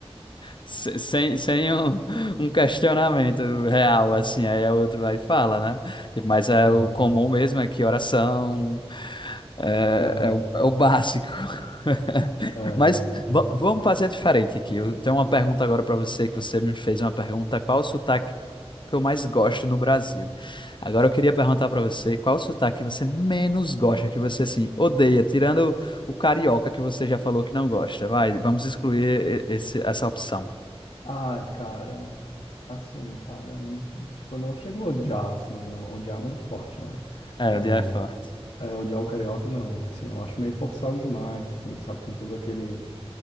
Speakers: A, on the left; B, on the left.
A: Se- Sem, sem um, um questionamento real, assim, aí o outro vai e fala, né? Mas é
B: Aham,
A: o comum mesmo, é que oração é,
B: aham.
A: é o, é o básico. <laughs>
B: É,
A: Mas
B: então.
A: va- vamos fazer diferente aqui. Eu tenho uma pergunta agora para você, que você me fez uma pergunta, qual o sotaque que eu mais gosto no Brasil? Agora eu queria perguntar para você, qual o sotaque que você menos gosta, que você, assim, odeia, tirando o carioca que você já falou que não gosta. Vai, vamos excluir e- esse, essa opção.
B: Ai, cara, assim, cara, n- tipo, não chegou a odiar, assim, o- odiar é muito forte, né?
A: É,
B: Não,
A: o dia é forte.
B: é, odiar o carioca, não, assim, eu acho meio forçado demais, assim, sabe? Tem todo aquele,